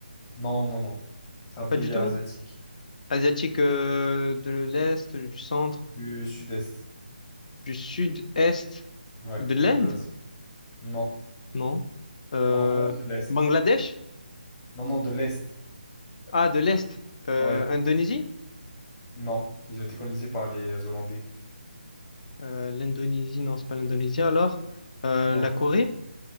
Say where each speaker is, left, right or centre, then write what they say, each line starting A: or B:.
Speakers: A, on the left; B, on the left.
A: Non, non, non. C'est un pays
B: Pas du tout.
A: asiatique.
B: Asiatique euh, de l'Est, du centre,
A: Du sud-est.
B: du sud-est,
A: Ouais,
B: de l'Inde?
A: de l'Asie. Non.
B: Non. Euh,
A: Non, vraiment de l'Est.
B: Bangladesh?
A: Non, non, de l'Est.
B: Ah, de l'Est. Euh,
A: Ouais.
B: Indonésie?
A: Non. Ils ont été colonisés par les Hollandais.
B: Euh, l'Indonésie, non, c'est pas l'Indonésie. Alors, Euh,
A: Non.
B: la Corée?